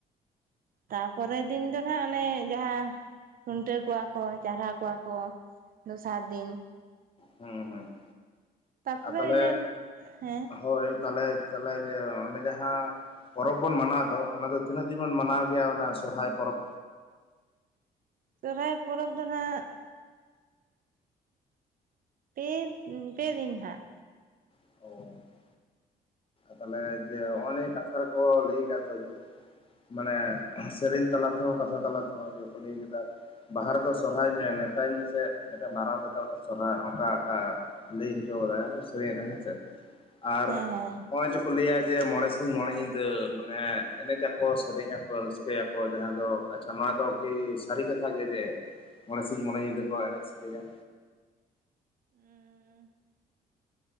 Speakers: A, on the right; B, on the left.
A: ᱛᱟᱨᱯᱚᱨᱮᱨ ᱫᱤᱱ ᱫᱚ ᱦᱟᱜ ᱚᱱᱮ ᱡᱟᱦᱟᱸ ᱠᱷᱩᱱᱴᱟᱹᱣ ᱠᱚᱣᱟ ᱠᱚ ᱪᱟᱨᱦᱟ ᱠᱚᱣᱟ ᱠᱚ᱾ ᱫᱚᱥᱟᱨ ᱫᱤᱱ
B: ᱦᱮᱸ ᱦᱮᱸ
A: ᱛᱟᱯᱚᱨᱮ
B: ᱟᱨ ᱛᱟᱦᱚᱞᱮ
A: ᱤᱱᱟᱹ ᱦᱮᱸ
B: ᱦᱳᱭ ᱛᱟᱦᱞᱮ ᱛᱟᱦᱚᱞᱮ ᱡᱮ ᱚᱱᱮ ᱡᱟᱦᱟᱸ ᱯᱚᱨᱚᱵᱽ ᱵᱚᱱ ᱢᱟᱱᱟᱣ ᱮᱫ ᱫᱚ ᱚᱱᱟ ᱫᱚ ᱛᱤᱱᱟᱹᱜ ᱫᱤᱱ ᱵᱚᱱ ᱢᱟᱱᱟᱣ ᱜᱮᱭᱟ ᱚᱱᱟ ᱥᱚᱨᱚᱦᱟᱭ ᱯᱚᱨᱚᱵᱽ?
A: ᱥᱚᱨᱦᱟᱭ ᱯᱚᱨᱚᱵᱽ ᱫᱚ ᱦᱟᱸᱜ ᱯᱮ ᱯᱮᱫᱤᱱ ᱦᱟᱜ᱾
B: <inaudible> ᱛᱟᱦᱚᱞᱮ ᱡᱮ ᱚᱱᱮ ᱠᱟᱛᱷᱟ ᱨᱮᱠᱚ ᱞᱟᱹᱭ ᱟᱠᱟ ᱫᱚ ᱡᱮ ᱢᱟᱱᱮ ᱥᱮᱨᱮᱧ ᱛᱟᱞᱟ ᱛᱮᱦᱚᱸ ᱠᱟᱛᱷᱟ ᱛᱟᱞᱟ ᱛᱮᱦᱚᱸ ᱡᱮ ᱠᱚ ᱞᱟᱹᱭ ᱠᱮᱫᱟ᱾ ᱵᱟᱦᱟ ᱨᱮᱫᱚ ᱥᱚᱨᱦᱟᱭ ᱢᱮ ᱱᱮᱛᱟᱧ ᱢᱮᱥᱮ ᱢᱤᱫᱴᱟᱝ ᱢᱟᱨᱟᱝ ᱫᱟ ᱫᱚ ᱢᱤᱫᱴᱮᱱ ᱥᱚᱨᱦᱟᱭ ᱚᱱᱠᱟ ᱞᱟᱹᱭ ᱦᱚᱪᱚ ᱠᱟᱫᱟᱭ ᱥᱮᱨᱮᱧ ᱨᱮ‌ ᱦᱮᱸᱥᱮ ᱟᱨ
A: ᱦᱮᱸ ᱦᱮᱸ
B: ᱠᱚ ᱞᱟᱹᱭᱟ ᱡᱮ ᱢᱚᱬᱮ ᱥᱤᱧ ᱢᱚᱬᱮ ᱧᱤᱫᱟᱹ ᱢᱟᱱᱮ ᱮᱱᱮᱡ ᱟᱠᱚ ᱥᱮᱨᱮᱧᱟ ᱠᱚ ᱨᱟᱹᱥᱠᱟᱹᱭᱟᱠᱚ ᱡᱟᱦᱟᱸ ᱫᱚ ᱟᱪᱪᱷᱟ ᱱᱚᱣᱟ ᱫᱚ ᱠᱤ ᱥᱟᱹᱨᱤ ᱠᱟᱛᱷᱟ ᱜᱮ ᱡᱮ ᱢᱚᱬᱮ ᱥᱤᱧ ᱢᱚᱬᱮ ᱧᱤᱫᱟᱹ ᱠᱚ ᱮᱱᱮᱡ ᱥᱮᱨᱮᱧᱟ᱾
A: <inaudible>